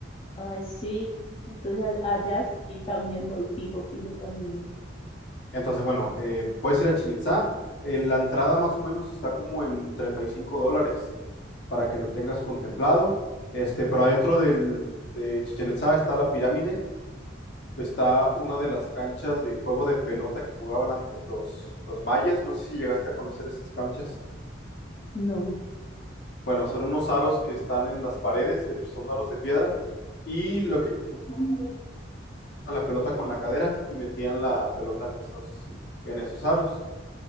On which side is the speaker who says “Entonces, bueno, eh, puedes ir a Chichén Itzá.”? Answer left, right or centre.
Left